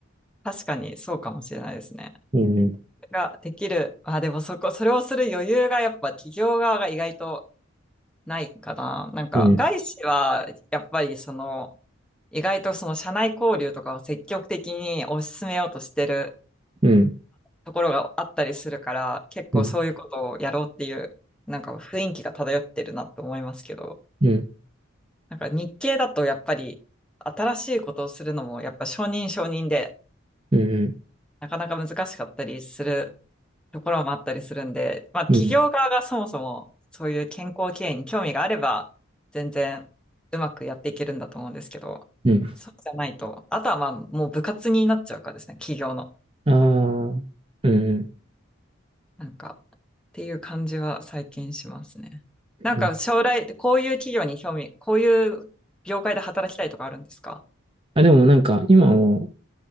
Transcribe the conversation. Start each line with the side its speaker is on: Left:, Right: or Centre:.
Centre: 確かにそうかもしれないですね。
Right: う。うん、
Centre: ができる。あ、でもそこ、それをする余裕がやっぱ企業側が意外とないかな。なんか外資はやっぱりその
Right: うん、
Centre: 意外とその社内交流とかを積極的に推し進めようとしてる
Right: うん、うん、
Centre: ところがあったりするから結構そういうことをやろうっていうなんか雰囲気が漂ってるなと思いますけど、
Right: うん、うん。
Centre: なんか日系だとやっぱり新しいことをするのもやっぱ承認承認で
Right: うん
Centre: なかなか難しかったりするところもあったりするんで、まあ、企業側がそもそもそういう健康経営に興味があれば、
Right: うん、うん、
Centre: 全然うまくやっていけるんだと思うんですけど、
Right: うん。
Centre: そうじゃないと、あとはまあ、もう部活になっちゃうかですね、企業の。
Right: ああ、うん、うん。
Centre: なんか、っていう感じは最近しますね。
Right: うん
Centre: なんか将来、こういう企業に興味、こういう業界で働きたいとかあるんですか
Right: あ、でもなんか、今も、